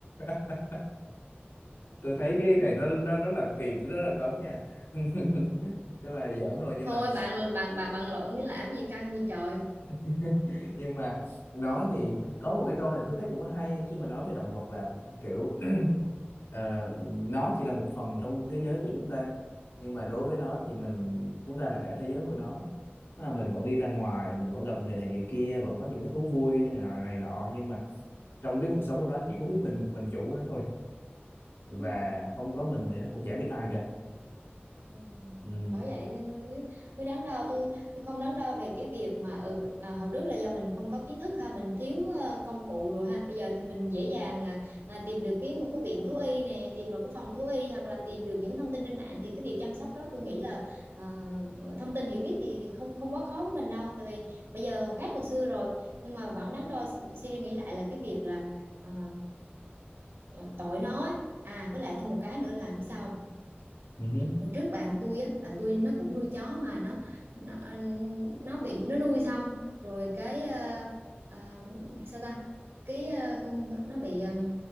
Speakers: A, on the left; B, on the right.
A: <laughs> tôi thấy cái này nó nó rất là kỳ rất là cấn nha <laughs> nhưng mà giỡn thôi nhưng
B: thôi
A: mà
B: bạn bạn bạn bạn lộn với làm gì căng gì trời
A: <laughs> nhưng mà nói thì có một cái câu này tôi thấy cũng hay khi mà nói về động vật là kiểu <clears throat> ờ, nó chỉ là một phần trong thế giới của chúng ta nhưng mà đối với nó thì mình chúng ta là cả thế giới của nó Tức là mình vẫn đi ra ngoài mình vẫn gặp người này người kia vẫn có những cái thú vui này nọ này nọ nhưng mà trong cái cuộc sống của nó chỉ có biết mình một mình chủ của nó thôi và
B: đúng rồi
A: không có mình thì nó cũng chả biết ai cả
B: Ừ.
A: ừ
B: Bởi vậy nên mới mới đắn đo tôi tôi không đắn đo về cái việc mà ừ, à, hồi trước là do mình không có kiến thức ha mình thiếu ờ, công cụ rồi ha bây giờ thì mình dễ dàng là, là tìm được cái một cái viện thú y nè tìm được cái phòng thú y hoặc là tìm được những thông tin trên mạng thì cái việc chăm sóc đó tôi nghĩ là ờ, thông tin hiểu biết thì không không quá khó với mình đâu tại vì bây giờ khác hồi xưa rồi nhưng mà vẫn đắn đo suy nghĩ lại là cái việc là ờ, ờ, tội nó á. à với lại thêm một cái nữa là biết sao không?
A: ừ
B: hồi trước bạn tôi á bạn tôi nó cũng nuôi chó mà nó nó, ờ, nó bị nó nuôi xong rồi cái ờ, ờ, sao ta cái ờ, con nó bị ờ,